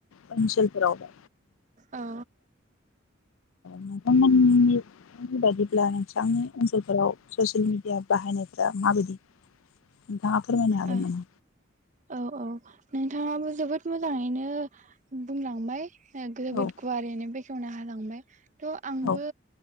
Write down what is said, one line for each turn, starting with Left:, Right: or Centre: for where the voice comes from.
Left: ओनसोलफोरावबो।
Right: औ।
Left: नोंथांमोननि बायदिब्ला नोंथांनि ओनसोलफोराव ससियेल मिडिया बाहायनायफ्रा माबायदि नोंथाङा फोरमायनो हागोन
Right: औ
Left: नामा?
Right: औ औ नोंथाङाबो जोबोद मोजाङैनो बुंलांबाय। ओ- जोबोद
Left: औ
Right: गुवारैनो बेख खेवना हालांबाय। थ' आंबो।
Left: औ